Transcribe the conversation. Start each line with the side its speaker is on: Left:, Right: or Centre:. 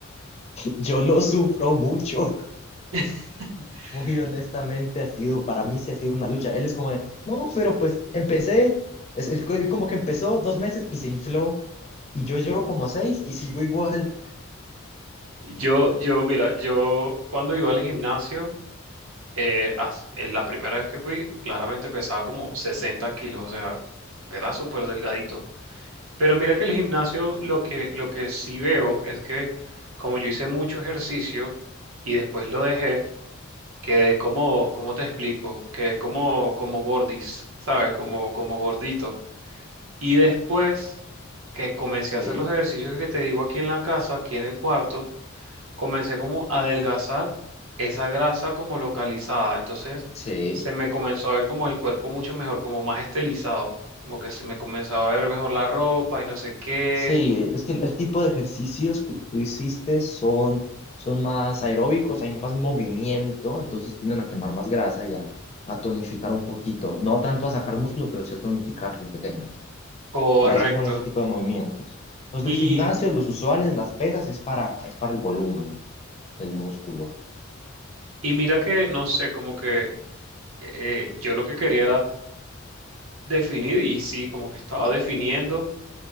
Left: <laughs> yo lo sufro mucho.
Right: <laughs>
Left: Muy honestamente ha sido, para mí sí ha sido una lucha. Él es como de, no, pero pues empecé, es, él, él como que empezó dos meses y se infló. Y yo llevo como seis y sigo igual.
Right: Yo, yo, mira, yo cuando iba al gimnasio, eh, as- en la primera vez que fui, claramente pesaba como 60 kilos, o sea, era súper delgadito. Pero mira que el gimnasio, lo que, lo que sí veo es que como yo hice mucho ejercicio y después lo dejé, quedé como, ¿cómo te explico? Quedé como, como gordis, ¿sabes? Como, como gordito. Y después que comencé
Left: Sí,
Right: a hacer los ejercicios que te digo aquí en la casa, aquí en el cuarto, comencé como a adelgazar esa grasa como localizada. Entonces
Left: sí.
Right: se me comenzó a ver como el cuerpo mucho mejor, como más estilizado, como que se me comenzaba a ver mejor la ropa y no sé qué.
Left: Sí, eh, es que el, el tipo de ejercicios que tú hiciste son, son más aeróbicos, hay más movimiento, entonces tienden a quemar más grasa y a, a tonificar un poquito. No tanto a sacar músculo, pero sí a tonificar lo que tengas.
Right: Correcto.
Left: Para eso son ese tipo de movimientos. Los
Right: Y,
Left: del gimnasio, los usuales, las pesas, es para, es para el volumen del músculo.
Right: y mira que, no sé, como que eh, yo lo que quería era definir y sí, como que estaba definiendo.